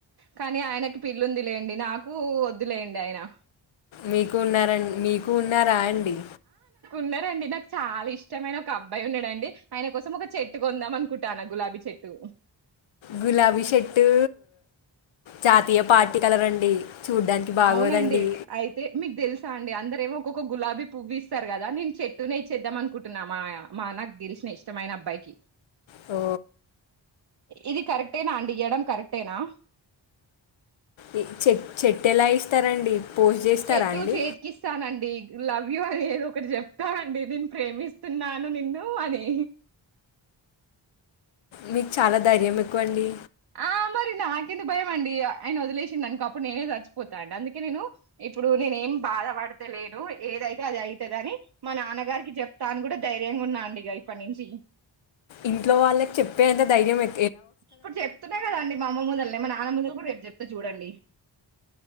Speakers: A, on the right; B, on the left.
A: కానీ ఆయనకి పిల్లుంది లేండి నాకు ద్దులేండి అయినా
B: మీకు ఉన్నార మీకు ఉన్నారా అండి
A: న్నారండి నాకు చాలా ఇష్టమైన ఒక అబ్బాయి ఉన్నాడండి ఆయన కోసం ఒక చెట్టు కొందాం అనుకుంటానా గులాబీ చెట్టు
B: గులాబీ చెట్టు జాతీయ పార్టీ కలర్ అండి చూడ్డానికి బాగోదండి
A: అవునండి అయితే మీకు తెలుసా అండి అందరేమో ఒక్కొక్క గులాబీ పువ్వు ఇస్తారు కదా నేను చెట్టునేే చేద్దాం అనుకుంటున్నా మా మా నాకు తెలిసిన ఇష్టమైన అబ్బాయికి
B: ఓ
A: ఇది కరెక్టేనా అండి ఇయ్యడం కరెక్టేనా
B: ఈ చె చెట్టెలా ఇస్తారండి పోస్ట్ చేస్తారా
A: చెట్టు
B: అండి
A: చేతికిస్తానండి లవ్ యూ అనేది ఒకటి చెప్తా అండి దీని ప్రేమిస్తున్నాను నిన్ను అని
B: మీకు చాలా ధైర్యం ఎక్కువండి
A: ఆ మరి నాకెందుకు భయం అండి ఆయన వదిలేసిండనుకో అప్పుడు నేనే చచ్చిపోతా అండి అందుకే నేను ఇప్పుడు నేనేం బాధపడతలేను ఏదైతే అది ఐతదది మా నాన్నగారికి చెప్తా అని కూడా ధైర్యంగున్నా అండి ఇక ఇప్పటి నుంచి
B: ఇంట్లో వాళ్ళకి చెప్పేంత ధైర్యం ఎ
A: ఇప్పుడు చెప్తున్నా కదండి మా అమ్మ ముందల్నే మా నాన్న ముందల్నే రేపు చెప్తా చూడండి